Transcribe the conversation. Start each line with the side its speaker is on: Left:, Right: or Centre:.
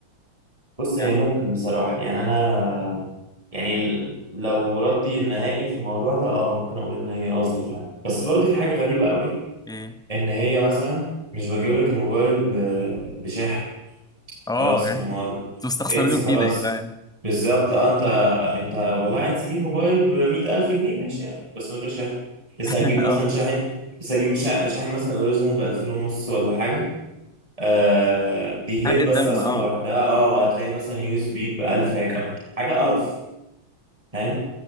Right: بص هي
Centre: يعني
Right: ممكن بصراحة يعني أنا يعني ال- لو ردي النهائي في الموضوع ده اه ممكن اقول ان هي قصد فعلا بس برضه في حاجه غريبه قوي
Centre: إيه.
Right: ان هي مثلا مش بتجيب لك الموبايل ب- بشاحن
Centre: اه
Right: خلاص
Centre: يعني
Right: امال
Centre: انتوا مستخسرينه
Right: انسى خلاص
Centre: فينا يا جدعان
Right: بالظبط اه انت انت والله عايز تجيب موبايل ب 100000 جنيه ماشي يعني بس من غير شاحن لسه
Centre: <laughs>
Right: هتجيب مثلا
Centre: اه
Right: شاحن لسه هتجيب شا- شاحن مثلا اوريجينال ب 2000 ونص ولا حاجه آه دي هيد
Centre: حرق
Right: بس
Centre: الدم
Right: اصلا
Centre: اه
Right: لوحدها اه وهتلاقي مثلا يو اس بي ب 1000 حاجه حاجه قرف فاهم؟